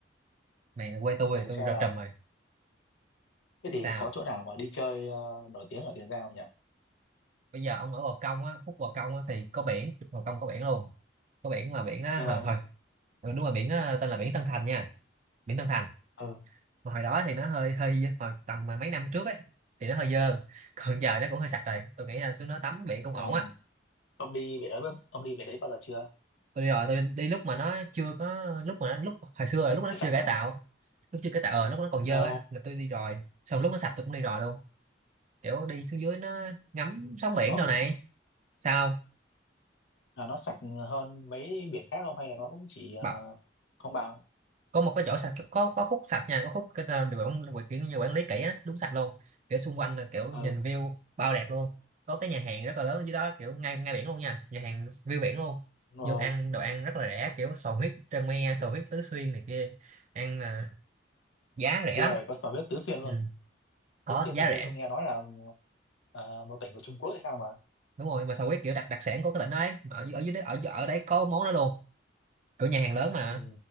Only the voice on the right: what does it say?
mày là quê tôi
thì
tôi
rờ
trùm rồi
sao
bây giờ ông ở Gò Công á khúc Gò Công á thì có biển Gò Công có biển luôn có biển mà biển đó
hồi
hồi- ừ, đúng rồi biển đó tên là biển Tân Thành nha biển Tân Thành
Mà hồi đó thì nó hơi hơi dơ, hồi tầm mà mấy năm trước ấy thì nó hơi dơ còn giờ nó cũng hơi sạch rồi tôi nghĩ là xuống nó tắm biển cũng
ổn á
tôi đi rồi tôi đi lúc mà nó chưa có lúc mà nó lúc hồi xưa là lúc nó
chưa cải
tạo lúc chưa cải tạo ờ lúc nó còn dơ
á là tôi đi rồi xong lúc nó sạch tôi cũng đi rồi luôn kiểu đi xuống dưới nó ngắm sóng biển
đồ này sao
không?
có một cái chỗ sạch có có khúc sạch nha có khúc cái tên được quản quản- kiểu như quản lý kỹ á đúng sạch luôn kiểu xung quanh là kiểu nhìn
view bao đẹp luôn có cái nhà hàng rất là lớn dưới đó kiểu ngay ngay biển luôn nha nhà hàng view biển luôn
vô ăn đồ ăn rất là rẻ kiểu sò huyết trân me sò huyết tứ xuyên này kia ăn à, giá rẻ
lắm
ừ. có
giá
rẻ
đúng rồi mà sò huyết kiểu đặc đặc sản của cái tỉnh đó đấy ở, ở dưới đấy ở ở đấy có món đó luôn kiểu nhà hàng lớn mà